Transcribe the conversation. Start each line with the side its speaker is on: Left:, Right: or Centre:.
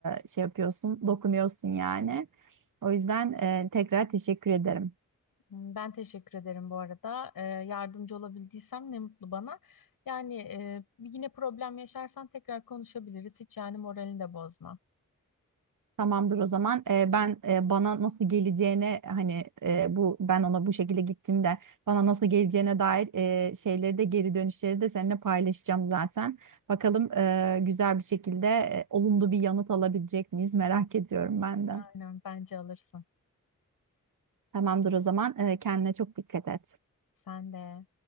Right: e, şey yapıyorsun, dokunuyorsun yani. O yüzden e, tekrar teşekkür ederim.
Left: Ben teşekkür ederim bu arada. Ee, yardımcı olabildiysem ne mutlu bana. Yani e, yine problem yaşarsan tekrar konuşabiliriz. Hiç yani moralini de bozma.
Right: Tamamdır o zaman. Ee, ben e, bana nasıl geleceğine hani e, bu ben ona bu şekilde gittiğimde bana nasıl geleceğine dair e, şeyleri de geri dönüşleri de seninle paylaşacağım zaten. Bakalım e, güzel bir şekilde e, olumlu bir yanıt alabilecek miyiz merak ediyorum ben de.
Left: Aynen bence alırsın.
Right: Tamamdır o zaman. E, kendine çok dikkat et.
Left: Sen de.